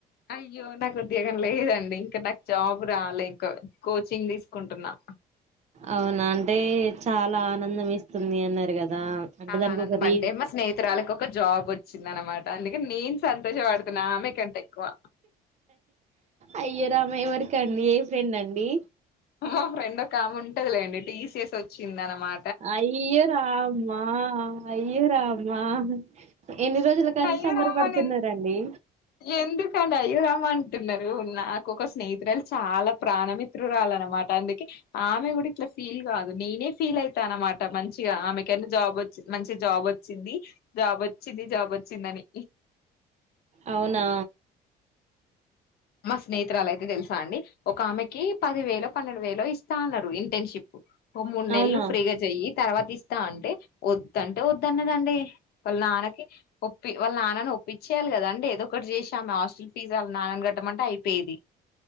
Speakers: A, on the left; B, on the right.
A: అయ్యో నాకు ఉద్యోగం లేదండి ఇంకా నాకు జాబ్ రాలే ఇంకా కోచింగ్ తీసుకుంటున్నా
B: అవునా అంటే చాలా ఆనందం ఎస్తుంది అన్నారు కదా అంటే
A: చాలా
B: దానికి
A: ఆనందం
B: ఒక
A: మంటే
B: రీ
A: మాస్ స్నేహితురాలకు ఒక జాబ్ వచ్చింది అన్నమాట అందుకే నేను సంతోషపడుతున్న ఆమెకంటే ఎక్కువ
B: అయ్యో రామ ఎవరికి అండి ఏ ఫ్రెండ్ అండి
A: మా ఫ్రెండ్ ఒక ఆమె ఉంటదిలేండి టీసీఎస్ వచ్చింది అనమా
B: అయ్యో రామా అయ్యో రామ్మా ఎన్ని రోజుల కాంచి
A: అయ్యో
B: సంబర
A: రామ
B: పడుతున్నరండి
A: నేను ఎందుకండి అయ్యోరామ అంటున్నారు నాకు ఒక స్నేహితురాలు చాలా ప్రాణం ఇప్ హితురాలు అన్నమాట అందుకే ఆమె కూడా ఇట్లా ఫీల్ కాదు నేనే ఫీల్ అయితనా అనమాట మంచిగా ఆమెకే జాబ్ వచ్చి మంచి జాబ్ వచ్చింది జోబొవ్చింది జాబ్ వచ్చిందని
B: అవునా
A: మా స్నేహితురాలు అయితే తెలుసా అండి ఒక ఆమెకి పది వేలు పన్నెండు వేలు ఇస్తా అన్నారు ఇంటర్న్షిప్ ఒక మూడు నెలలు
B: అవునా
A: ఫ్రీగా చెయ్యి తర్వాత ఇస్తా అంటే వద్దు అంటే వద్దున్నదండి వాళ్ళ నాన్నకి ఒప్పి వాళ్ళ నాన్న ఒప్పించేయాలి కదా అండి ఏదోఒకటి చేసి అమే హస్టల్ ఫీజ్ వాళ్ళ నాన్న గ ఏమంటా అయిపోయేది